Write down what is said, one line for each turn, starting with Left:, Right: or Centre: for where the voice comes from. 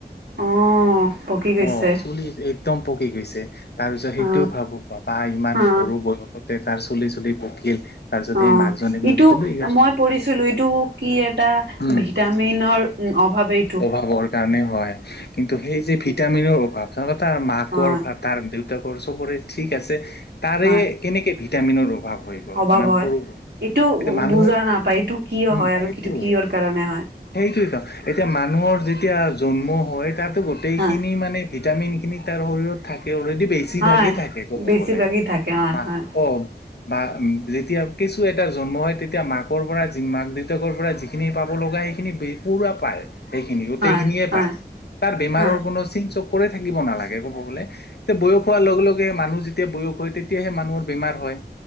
Right: অ পকি গৈছে
Left: অ' চুলি একদম পকি গেছ চে তাৰ পিছত সেইটোও
Right: অ
Left: ভাবো বাবা ইমান
Right: অ
Left: সৰু বয়সতে তাৰ চুলি- চুলি পকিল। তাৰপিছত
Right: অ'
Left: সেই মাকজনীক মই
Right: ইটো
Left: সুধিলো ইয়াৰ
Right: মই পঢ়িছিলো ইটো কি এটা
Left: উম
Right: ভিটামিনৰ অভাৱে
Left: অভাৱৰ কাৰণে হয়, কিন্তু সেই যে ভিটামিনৰ অভাৱ তাৰ মাকৰ
Right: হয়
Left: তাৰ দেউ তাকৰ চবৰে ঠিক আছে তাৰে
Right: হয়
Left: কেনেকে ভিটামিনৰ অভাৱ। হৈ গ'ল
Right: অভাৱ
Left: ইমান
Right: হয়
Left: সৰু,
Right: এইটো
Left: এতিয়া মানুহৰ
Right: বুজা নাপায় এইটো কিয়
Left: উম,
Right: হয় আৰু
Left: সেইটো
Right: কিটো
Left: হয়।
Right: কিহৰ কাৰণে হয়
Left: সেইটোৱেতো, এতিয়া মানুহৰ যেতিয়া জন্ম হয় তাত গোটেইখিনি
Right: হয়
Left: মানে ভিটামিনখিনি তাৰ শৰীৰত থাকে সেইটো বেছিভাগেই
Right: হয়
Left: থাকে ক'ব
Right: বেছিভাগেই
Left: গ'লে,
Right: থাকে হয়
Left: মাক,
Right: হয়
Left: অ'। বা যেতিয়া কেঁচুৱা এটা জন্ম হয় তেতিয়া মাকৰ পৰা মাক দেউতাকৰ পৰা যিখিনি পাব লগা সেইখিনি পুৰা সেইখিনি গোটেই
Right: হয়
Left: খিনিয়ে
Right: হয়
Left: পায়, তাৰ বেমাৰৰ
Right: হয়
Left: কোনো চিন চ কৰে থাকিব নালাগে ক'ব গ'লে তে বয়স হোৱাৰ লগে-লগে মানুহ যেতিয়া বয়স হয়, তেতিয়াহে মানুহৰ বেমাৰ হয়।